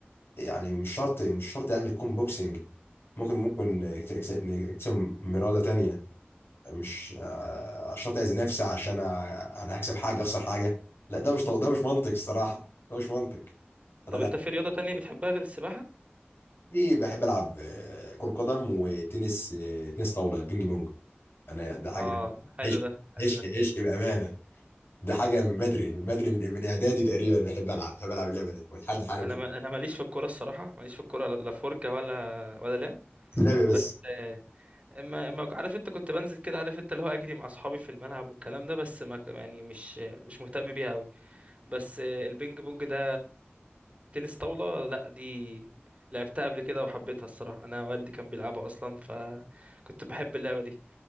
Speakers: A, on the left; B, on the right.
A: يعني مش شرط مش شرط يعني تكون بوكسنج ممكن ممكن نكتسب نكتسب من اراده تانية مش آه، شرط اذي نفسي عشان انا أنا هكسب حاجه اخسر حاجه لا ده مش ده مش منطق الصراحه ده مش منطق انا
B: طب
A: لا
B: أنت في رياضة تانية بتحبها غير السباحة؟
A: في بحب العب آه، كرة قدم وتنس آه، تنس طاولة بينج بونج انا ده حاجة
B: آه حلو
A: عشق
B: ده حلو
A: عشق
B: ده
A: عشق بأمانة ده حاجة من بدري من بدري من من اعدادي تقريبا بحب العب بحب العب اللعبة دي ولحد حالا
B: أنا
A: بحب
B: ما... أنا ماليش في الكورة الصراحة ماليش في الكورة لا لا فرجة ولا ولا لعب
A: لعبة بس
B: بس آه، ما... ما عارف أنت كنت بنزل كده عارف أنت اللي هو أجري مع أصحابي في الملعب والكلام ده بس ما يعني مش مش مهتم بيها أوي بس البينج بونج ده تنس طاولة لا دي لعبتها قبل كده وحبيتها الصراحة انا والدي كان بيلعبها اصلا فكنت بحب اللعبة دي